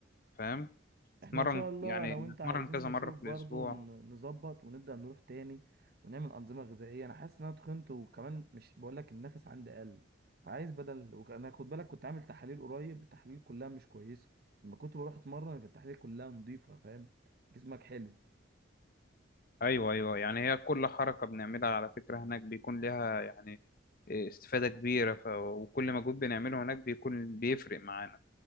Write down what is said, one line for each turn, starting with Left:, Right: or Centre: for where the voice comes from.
Left: فاهم تتمرن
Right: احنا ان شاء الله
Left: يعني
Right: انا وانت
Left: تتمرن
Right: عايزين
Left: كذا
Right: نشوف
Left: مرة في
Right: برضو
Left: الأسبوع
Right: ن- نظبط ونبدأ نروح تاني ونعمل انظمة غذائية انا حاسس ان انا تخنت وكمان مش بقول لك النفس عندي قل فعايز بدل وك- انا خد بالك كنت عامل تحاليل قريب التحاليل كلها مش كويسة لما كنت بروح اتمرن كانت التحاليل كلها نظيفة فاهم جسمك حلو
Left: أيوه أيوه يعني هي كل حركة بنعملها على فكرة هناك بيكون لها يعني استفادة كبيرة ف... وكل مجهود بنعمله هناك بيكون بيفرق معانا